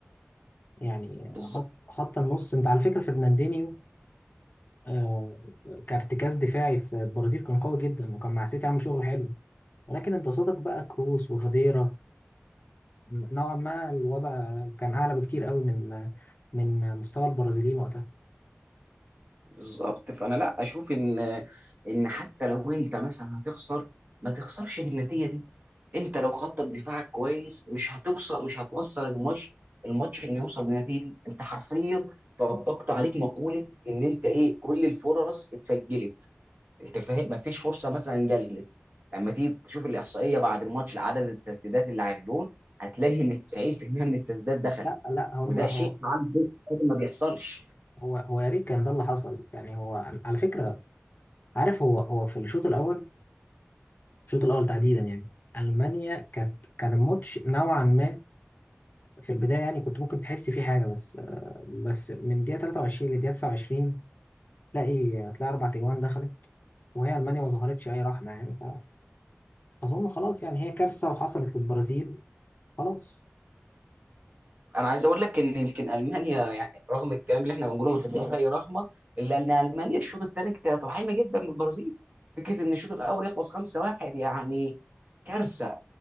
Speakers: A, on the left; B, on the right.
A: يعني
B: بالظبط
A: خط خط النص انت على فكره فرناندينيو آه، كارتكاز دفاعي في البرازيل كان قوي جدا وكان مع سيتي عامل شغل حلو ولكن انت قصادك بقى كروس وخديرة نوعا ما الوضع كان اعلى بكتير قوي من من مستوى البرازيليين وقتها
B: بالظبط فانا لا اشوف ان ان حتى لو انت مثلا هتخسر ما تخسرش بالنتيجه دي انت لو خطط دفاعك كويس مش هتوصل مش هتوصل الماتش الماتش انه يوصل بالنتيجه دي انت حرفيا طبقت عليك مقوله ان انت ايه كل الفرص اتسجلت انت فاهم ما فيش فرصه مثلا جلت لما تيجي تشوف الاحصائيه بعد الماتش لعدد التسديدات اللي على الجون هتلاقي ان 90% من التسديدات دخلت
A: لا لا هم
B: وده
A: هو
B: شيء عام ما بيحصلش
A: هو هو يا ريت كان ده اللي حصل يعني هو على فكره عارف هو هو في الشوط الاول الشوط الاول تحديدا يعني المانيا كانت كان الماتش نوعا ما في البدايه يعني كنت ممكن تحس فيه حاجه بس آه، بس من دقيقه 23 لدقيقه 29 تلاقي تلاقي اربع تجوان دخلت وهي المانيا ما ظهرتش اي رحمه يعني فاظن خلاص يعني هي كارثه وحصلت للبرازيل خلاص
B: انا عايز اقول لك ان يمكن المانيا يعني رغم الكلام اللي احنا بنقوله مش بتديها اي رحمه الا ان المانيا الشوط الثاني كانت رحيمه جدا من البرازيل فكره ان الشوط الاول يخلص 5-1 يعني كارثه